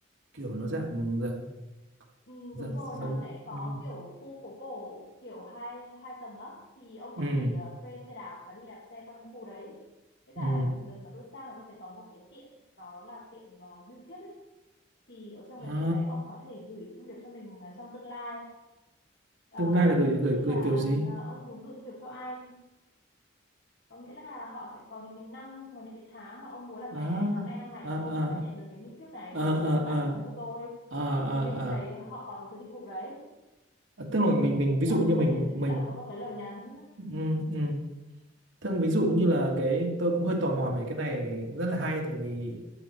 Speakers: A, on the right; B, on the left.
A: kiểu nó dạng dạng,
B: Ừ,
A: dạng
B: đúng rồi,
A: giống
B: nó sẽ có
A: ừ.
B: kiểu khu phố cổ kiểu hai hai tầng á thì ông
A: ừ
B: có thể ờ, thuê xe đạp và đi đạp xe quanh khu đấy. Với
A: ừ
B: cả đợt mà tôi sang là tôi thấy có một cái tiệm đó là tiệm uh, bưu thiếp ấy thì ở trong cái
A: à
B: tiệm đấy ông có thể gửi thông điệp cho mình ờ, trong tương lai. Ờ,
A: tương lai là gửi
B: ví
A: gửi
B: dụ như
A: gửi
B: là
A: kiểu gì
B: ờ, ông muốn gửi thông điệp cho ai có nghĩa là họ sẽ có những cái năm có những cái tháng mà ông muốn là ngày
A: à
B: này tháng này năm này
A: à
B: là tôi
A: à
B: sẽ phải nhận được cái bưu thiếp này
A: à à
B: từ bên bạn gửi sang cho tôi
A: à à à
B: thì bên
A: à.
B: đấy họ có cái dịch vụ đấy
A: À, tức là mình mình ví
B: thì
A: dụ
B: ông
A: như
B: cũng
A: mình
B: có thể ví dụ
A: mình
B: như là ông có một cái lời nhắn
A: ừ, ừ. Thương ví dụ như là cái tôi cũng hơi tò mò về cái này rất là hay tại vì